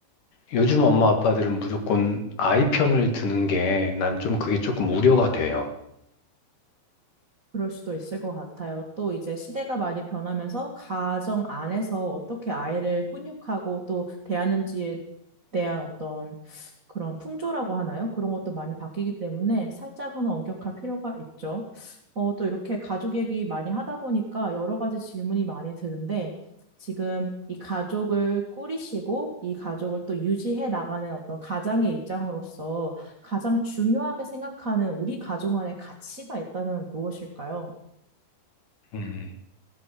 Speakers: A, on the left (about 55°); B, on the right (about 45°).
A: 요즘 엄마 아빠들은 무조건 아이 편을 드는 게 난 좀 그게 조금 우려가 돼요.
B: 그럴 수도 있을 것 같아요. 또 이제 시대가 많이 변하면서 가정 안에서 어떻게 아이를 훈육하고 또 대하는지에 대한 어떤 그런 풍조라고 하나요? 그런 것도 많이 바뀌기 때문에 살짝은 엄격할 필요가 있죠. 어, 또 이렇게 가족 얘기 많이 하다 보니까 여러 가지 질문이 많이 드는데 지금 이 가족을 꾸리시고 이 가족을 또 유지해 나가는 어떤 가장의 입장으로서 가장 중요하게 생각하는 우리 가족 안에 가치가 있다면 무엇일까요?
A: 음,